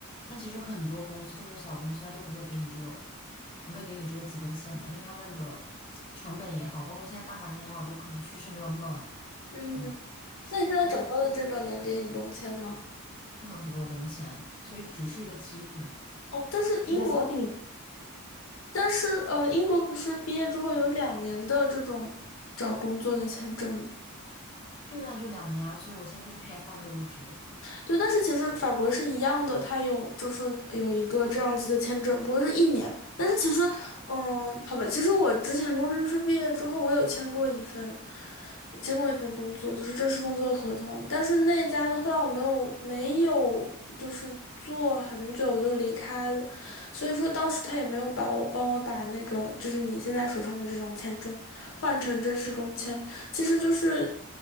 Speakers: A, on the left; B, on the left.
A: 那其实很多公司，特别是小公司，它都不会给你这个，不会给你这个资格线的，因为他们的成本也好，包括现在大环境也好，都可能趋势没有那么，
B: 嗯，
A: 嗯，
B: 那你现在找到的这个能给你工签吗？
A: 对，不能给我工签，所以只是一个机会。
B: 哦，但是英 There's 国，但是呃，英国不是毕业之后有两年的这种找工作的签证吗？
A: 对啊，就两年啊，所以我现在就是 PSW 入职。
B: 对，但是其实法国是一样的，它有就是有一个这样子的签证，不过是一年。但是其实，嗯，好吧，其实我之前中师毕业之后，我有签过一份，签过一份工作，就是正式工作合同。但是那家呢，后来我没有没有就是做很久我就离开了，所以说当时他也没有把我帮我把那个就是你现在手上的这种签证换成正式工签，其实就是